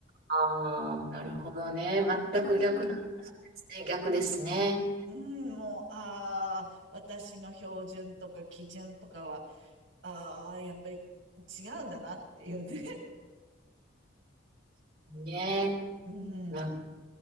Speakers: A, on the right (about 50°); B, on the right (about 80°).
A: あー、なるほどね。
B: うん
A: 全く逆なんですね。逆ですね。
B: うん、もう、ああ、私の標準とか基準とかは、ああ、やっぱり違うんだなっていうね。
A: ね。
B: う
A: なんか
B: ん。